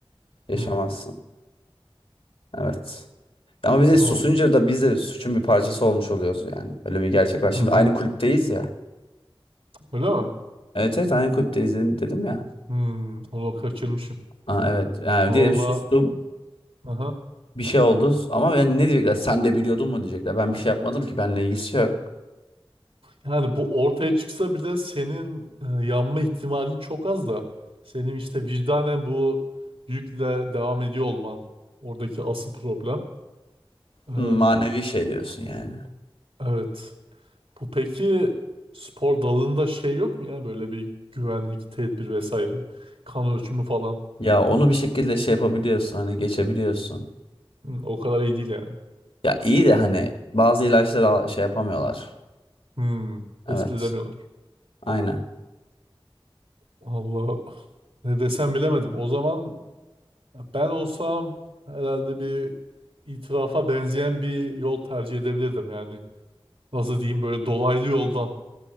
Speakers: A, on the left; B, on the right.
A: yaşamazsın.
B: Hmm,
A: Evet. Ama bir de
B: al.
A: susunca da biz de suçun bir parçası olmuş oluyoruz yani. Öyle bir gerçek var. Şimdi
B: Hı hı.
A: aynı kulüpteyiz ya.
B: Öyle mi?
A: Evet evet aynı kulüpteyiz dedim, dedim ya.
B: Hmm, onu kaçırmışım.
A: Aa, evet yani
B: Valla
A: diyelim sustum
B: aha.
A: bir şey oldu ama yani ne diyecekler sen de biliyordun mu diyecekler. Ben bir şey yapmadım ki benimle ilgisi yok.
B: Yani bu ortaya çıksa bile senin e, yanma ihtimali çok az da senin işte vicdanen bu yükle devam ediyor olman oradaki asıl problem. Ee,
A: Hı, manevi şey diyorsun yani.
B: evet. Bu peki spor dalında şey yok mu ya böyle bir güvenlik tedbir vesaire kan ölçümü falan.
A: Ya onu
B: Hiç,
A: bir şekilde şey yapabiliyorsun hani geçebiliyorsun.
B: Hmm, o kadar iyi değil yani.
A: Ya iyi de hani bazı ilaçları al- şey yapamıyorlar.
B: Hmm,
A: Evet
B: tespit edemiyorlar.
A: aynen.
B: Allah ne desem bilemedim. O zaman ben olsam herhalde bir itirafa benzeyen bir yol tercih edebilirdim yani. Nasıl diyeyim böyle dolaylı yoldan.